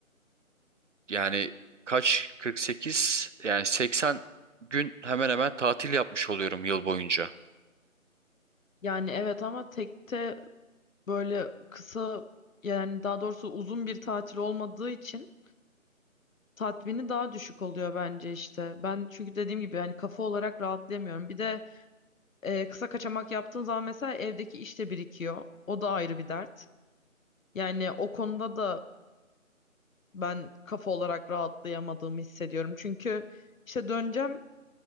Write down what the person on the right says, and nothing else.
yani kaç 48 yani 80 gün hemen hemen tatil yapmış oluyorum yıl boyunca.